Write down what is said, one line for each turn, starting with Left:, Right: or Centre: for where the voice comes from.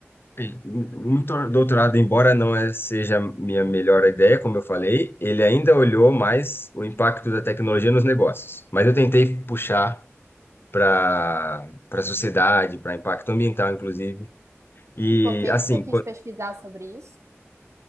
Left: Bem, Um tor- doutorado, embora não é- seja minha melhor ideia, como eu falei, ele ainda olhou mais o impacto da tecnologia nos negócios. Mas eu tentei puxar para para a sociedade, para impacto ambiental, inclusive. E
Right: E por que
Left: assim,
Right: que você quis pesquisar sobre isso?